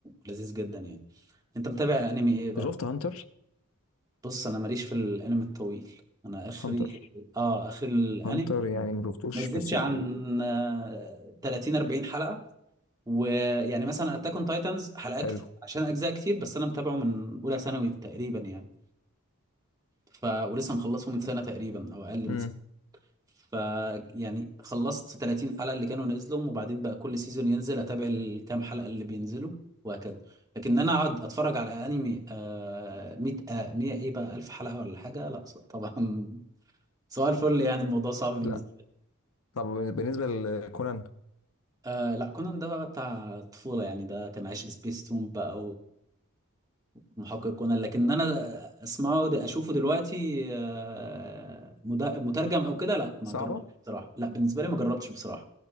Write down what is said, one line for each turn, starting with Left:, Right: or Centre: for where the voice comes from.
Right: ولذيذ جدا يعني انت متابع انمي ايه بقى
Left: أنت شفت هانتر
Right: بص انا ماليش في الانمي الطويل انا اخري
Left: هانتر
Right: اه اخري الانمي
Left: هانتر يعني ما شفتوش
Right: ما يزيدش
Left: بس
Right: عن
Left: جامد
Right: آه، 30 40 حلقة ويعني مثلا اتاك اون تايتنز حلقات
Left: حلو
Right: كتير عشان اجزاء كتير بس انا متابعه من اولى ثانوي تقريبا يعني ف ولسه مخلصه من سنة تقريبا او اقل
Left: امم
Right: من سنة ف يعني خلصت 30 حلقة اللي كانوا نزلهم وبعدين بقى كل سيزون ينزل اتابع الكام حلقة اللي بينزلوا وهكذا لكن انا اقعد اتفرج على انمي آه 100 آه 100 ايه بقى 1000 حلقة ولا حاجة لا ص- طبعا <laughs> سؤال الفل يعني الموضوع صعب بالنسبة
Left: لا
Right: لي
Left: طب بالنسبه لكونان
Right: آه لا كونان ده بقى بتاع الطفولة يعني ده كان عايش سبيس تون بقى محقق كونان لكن انا اسمعه د- اشوفه دلوقتي آه، مدا- مترجم او كده لا ما
Left: صعبه
Right: جربتش بصراحه لا بالنسبه لي ما جربتش بصراحه